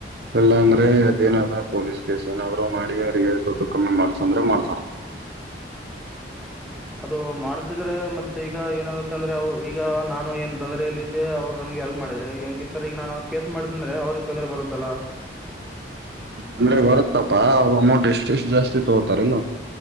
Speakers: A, on the right; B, in the centre.
A: ಇಲ್ಲಾ ಅಂದ್ರೆ ಅದೇನಾದ ಪೊಲೀಸ್ ಕೇಸ್ ಏನಾದ್ರು ಮಾಡಿ ಅವರಿಗೆ ದುಡ್ಡು ಕಮ್ಮಿ ಮಾಡ್ಸಂದ್ರೆ ಮಾಡ್ಸಾಣ
B: ಅದು ಮಾಡ್ಸಿದ್ರೆ ಮತ್ತೆ ಈಗ ಏನಾಗುತ್ತೆ ಅಂದ್ರೆ ಅವರು ಈಗ ನಾನು ಏನ್ ತೊಂದ್ರೆಯಲ್ಲಿದ್ದೆ ಅವ್ರು ನನ್ಗೆ ಎಲ್ಪ್ ಮಾಡಿದ್ರೆ ಹೆಂಗಿತರ ಈಗ ನಾನು ಕೇಸ್ ಮಾಡ್ದ ಅಂದ್ರೆ ಅವ್ರಿಗೆ ತೊಂದ್ರೆ ಬರುತ್ತಲ್ಲ
A: ಅಂದ್ರೆ ಬರುತ್ತಪ್ಪ ಇಷ್ಟು ಇಷ್ಟು ಜಾಸ್ತಿ ತಗೋತಾರೆನ